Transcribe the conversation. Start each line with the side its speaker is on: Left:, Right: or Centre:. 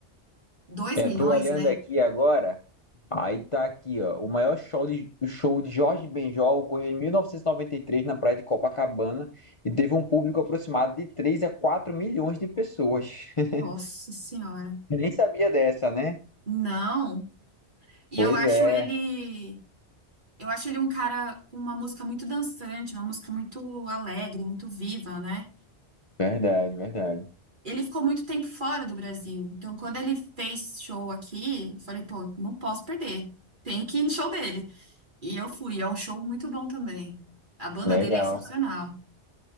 Right: Dois
Left: É,
Right: milhões,
Left: tô olhando
Right: né?
Left: aqui agora, aí tá aqui, ó, o maior show de, o show de Jorge Benjó ocorreu em 1993 na praia de Copacabana e teve um público aproximado de 3 a 4 milhões de pessoas. <laughs>
Right: Nossa Senhora.
Left: Nem sabia dessa, né?
Right: Não, e
Left: Pois
Right: eu acho
Left: é,
Right: ele, eu acho ele um cara com uma música muito dançante, uma música muito alegre, muito viva, né?
Left: verdade, verdade.
Right: Ele ficou muito tempo fora do Brasil. Então, quando ele fez show aqui, eu falei, pô, não posso perder. Tenho que ir no show dele. E eu fui. É um show muito bom também. A banda
Left: Legal.
Right: dele é excepcional.